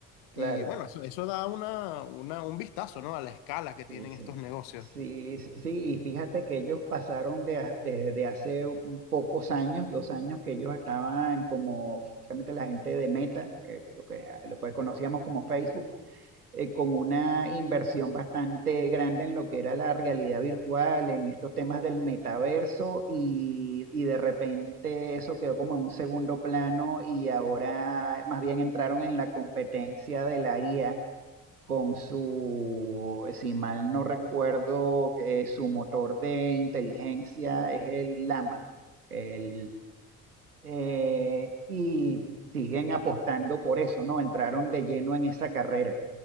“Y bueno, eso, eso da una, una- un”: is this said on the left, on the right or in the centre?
Left